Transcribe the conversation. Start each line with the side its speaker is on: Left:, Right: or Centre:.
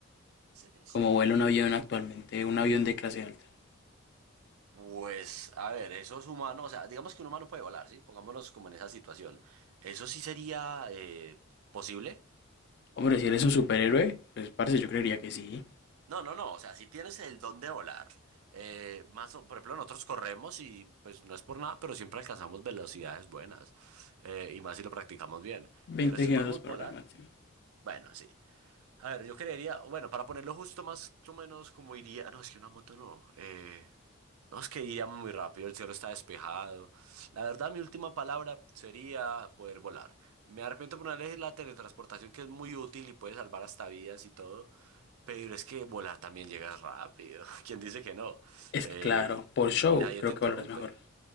Right: setecientos
Left: como vuela un avión actualmente, un avión de clase alta.
Right: Pues, a ver, esos humanos, o sea, digamos que un humano puede volar, ¿sí? Pongámonos como en esa situación. ¿Eso sí sería eh, posible?
Left: Hombre, si eres un superhéroe, pues parce, yo creería que sí,
Right: No, no, no, o sea, si tienes el don de volar, eh, más, o- por ejemplo, nosotros corremos y pues no es por nada, pero siempre alcanzamos velocidades buenas, eh, y más si lo practicamos bien.
Left: 20
Right: Pero si
Left: kilómetros
Right: podemos
Left: por
Right: volar,
Left: hora máximo.
Right: bueno, sí. A ver, yo creería, bueno, para ponerlo justo más o menos como iría, no, es que una moto no. eh, No, es que iríamos muy rápido, el cielo está despejado. La verdad, mi última palabra sería poder volar. Me arrepiento por no elegir la teletransportación, que es muy útil y puede salvar hasta vidas y todo. Pero es que volar también llegas rápido. <laughs> ¿Quién dice que no?
Left: Es
Right: Eh,
Left: que claro, por show
Right: y nadie
Left: creo
Right: te interrumpe.
Left: que volarás mejor.